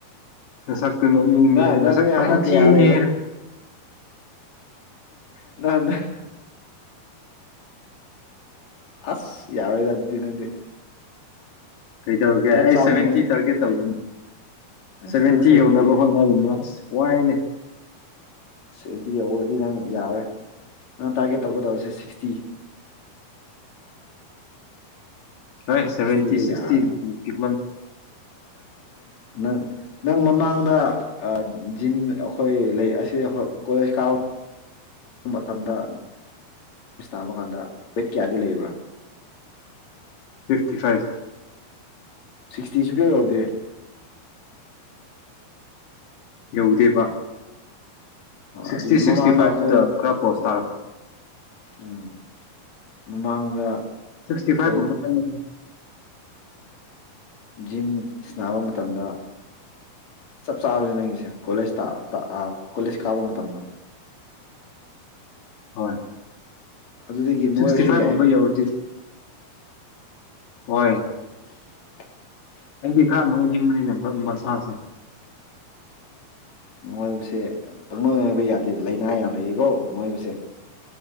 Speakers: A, on the left; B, on the left.
A: ꯉꯁꯛ ꯀꯩꯅꯣ ꯎꯅꯦ
B: ꯅꯪ ꯅꯪꯗꯤ
A: ꯅꯁꯛ
B: ꯍꯟꯗꯛ
A: ꯄꯥꯡꯊꯤꯅꯦ
B: ꯀꯌꯥ ꯅꯗ ꯑꯁ ꯌꯥꯔꯣꯏꯗ ꯑꯗꯨꯗꯤ ꯅꯪꯗꯤ
A: ꯀꯩ ꯇꯧꯔꯒꯦ
B: ꯈꯔ
A: ꯑꯩ
B: ꯆꯥꯎꯅꯦꯍꯦ
A: ꯁꯚꯦꯟꯇꯤ ꯇꯥꯔꯒꯦꯠ ꯇꯧ
B: ꯑꯁ
A: ꯁꯦꯚꯦꯟꯇꯤ
B: ꯅꯪ ꯁꯚꯦꯟꯇꯤ
A: ꯌꯧꯅꯕ ꯍꯣꯠꯅꯔꯤꯅꯣ ꯑꯁ ꯋꯥꯏꯅꯤ
B: ꯁꯦꯟꯇꯤ ꯌꯧꯔꯗꯤ ꯅꯪ ꯌꯥꯔꯦ ꯅꯪ ꯇꯥꯔꯒꯦꯠ ꯇꯧꯒꯗꯕꯁꯦ ꯁꯤꯛꯁꯇꯤ
A: ꯍꯣꯏ ꯁꯚꯦꯟꯇꯤ
B: ꯁꯤꯛꯁꯇꯤꯗ ꯌꯥꯔꯅꯤ
A: ꯁꯤꯛꯁꯇꯤꯟ ꯄꯤꯛ
B: ꯅꯪ ꯅꯪ ꯃꯃꯥꯡꯗ ꯖꯤꯝ ꯑꯩꯈꯣꯏ ꯂꯩ ꯑꯁꯤ ꯀꯣꯂꯦꯖ ꯀꯥꯕ ꯃꯇꯝꯗ ꯇꯥꯕ ꯀꯥꯟꯗ ꯋꯦꯠ ꯀꯌꯥꯗꯤ ꯂꯩꯕ꯭ꯔꯥ
A: ꯐꯤꯐꯇꯤ ꯐꯥꯏꯚ
B: ꯁꯤꯛꯁꯇꯤ ꯁꯨꯡꯌꯧ ꯌꯨꯗꯦ
A: ꯌꯧꯗꯦꯕ
B: ꯑꯗꯨꯅ
A: ꯁꯤꯛꯁꯇꯤ
B: ꯃꯃꯥꯡꯗ
A: ꯁꯤꯛꯁꯇꯤ ꯐꯥꯏꯚꯇꯨꯗ
B: ꯑꯩꯈꯣꯏ
A: ꯈꯔ ꯄꯣꯁ ꯇꯥ
B: ꯎꯝ ꯃꯃꯥꯡꯗ
A: ꯁꯤꯛꯁꯇꯤ
B: ꯑꯩꯈꯣꯏ
A: ꯐꯥꯏꯚꯒꯨꯝꯕ <unintelligible> <unintelligible>
B: ꯖꯤꯝ ꯁꯤꯟꯅꯕ ꯃꯇꯝꯗ ꯆꯞ ꯆꯥꯕꯅꯦ ꯅꯪꯒꯤꯁꯦ ꯀꯣꯂꯦꯖ ꯀꯣꯂꯦꯖ ꯀꯥꯕ ꯃꯇꯝꯗꯣ
A: ꯍꯣꯏ
B: ꯑꯗꯨꯗꯒꯤ ꯅꯣꯏꯔꯁꯨ
A: ꯁꯤꯛꯁꯇꯤ ꯐꯥꯏꯚꯀꯨꯝꯕ
B: ꯌꯥꯏ
A: ꯌꯧꯔꯗꯤ ꯍꯣꯏ
B: <unintelligible>
A: ꯑꯩꯗꯤ ꯈꯔ ꯅꯣꯏꯅꯤꯡꯕꯅꯤꯅꯦ ꯈꯔ ꯃꯁꯥꯥꯁꯦ
B: ꯅꯣꯏꯕꯁꯦ ꯄꯪꯅꯣꯏꯅꯣꯏꯕ ꯌꯥꯗꯦ ꯂꯩꯅꯥ ꯌꯥꯝ ꯂꯩꯔꯤꯀꯣ ꯅꯣꯏꯕꯁꯦ